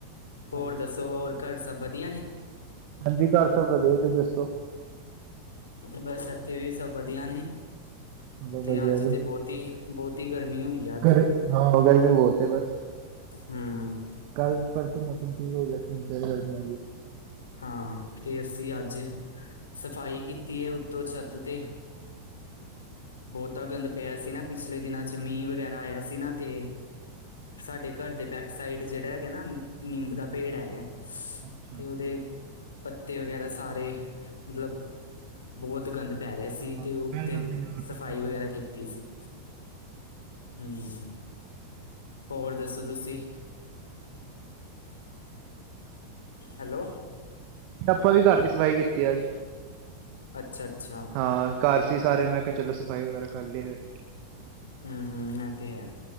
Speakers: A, on the left (about 70°); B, on the right (about 45°).
A: ਹੋਰ
B: ਹਾਂਜੀ
A: ਦੱਸੋ ਹੋਰ। ਘਰ ਸਭ ਵਧੀਆ ਨੇ?
B: ਹਾਂਜੀ ਘਰ ਸਬ ਵਧੀਆ ਤੁਸੀਂ ਦੱਸੋ।
A: ਬਸ ਏਥੇ ਵੀ ਸਭ ਵਧੀਆ ਨੇ।
B: ਚਲੋ
A: ਤੇ
B: ਵਧੀਆ
A: ਅੱਜ
B: ਜੀ
A: ਤੇ ਬਹੁਤੀ ਬਹੁਤੀ ਗਰਮੀ ਹੋਈ ਆ ਅੱਜ।
B: ਗਰ ਹਾਂ ਗਰਮੀ ਬਹੁਤ ਐ ਬਸ।
A: ਹੂੰ।
B: ਕੱਲ ਫੇਰ ਤੋਂ ਮੌਸਮ ਠੀਕ ਹੋ ਗਿਆ ਸੀ ਹੁਣ ਫੇਰ ਗਰਮੀ ਹੋਈ ਏ।
A: ਹਾਂ ਤੇ ਅਸੀਂ ਅੱਜ ਸਫ਼ਾਈ ਕੀਤੀ ਐ ਓਤੋਂ ਛੱਤ ਤੇ ਬਹੁਤਾ ਗੰਦ ਪਿਆ ਸੀ ਨਾ ਪਿਛਲੇ ਦਿਨਾਂ ਚ ਮੀਂਹ ਵਗੈਰਾ ਆਇਆ ਸੀ ਨਾ ਤੇ ਸਾਡੇ ਘਰ ਦੇ ਬੈਕ ਸਾਈਡ ਜੇੜਾ ਹੈਗਾ ਨਾ ਨਿੰਮ ਦਾ ਪੇੜ ਹੈਗਾ।
B: ਅੱਛਾ
A: ਤੇ ਓਦੇ ਪੱਤੇ ਵਗੈਰਾ ਸਾਰੇ ਮਤਲਬ ਬਹੁਤ ਗੰਦ ਪੈ ਰਿਆ ਸੀ
B: ਹਾਂ
A: ਤੇ ਓਤੇ
B: ਫੈਲ ਜਾਂਦੇ ਨੇ ਹੋਰ
A: ਸਫ਼ਾਈ
B: ਟੁੱਟ ਜਾਂਦੇ
A: ਵਗੈਰਾ ਕੀਤੀ ਸੀ। ਹੂੰ, ਹੋਰ ਦੱਸੋ ਤੁਸੀਂ? ਹੈਲੋ।
B: ਆਪਾਂ ਵੀ ਘਰ ਦੀ ਸਫ਼ਾਈ ਕੀਤੀ ਆ ਅੱਜ,
A: ਅੱਛਾ ਅੱਛਾ
B: ਹਾਂ। ਘਰ ਸੀ ਸਾਰੇ ਮੈਂ ਕਿਹਾ ਚਲੋ ਸਫ਼ਾਈ ਵਗੈਰਾ ਕਰ ਲਈਏ ਫੇਰ।
A: ਹੂੰ-ਹੂੰ, ਐਹ ਤੇ ਹੈ।